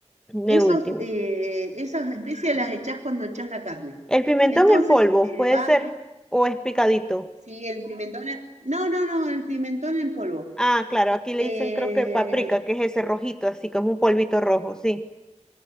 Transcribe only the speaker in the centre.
de
último.
El pimentón
en polvo,
puede
ser, o es picadito.
Ah, claro, aquí le
dicen creo que paprika, que es ese rojito, así como un polvito rojo, sí.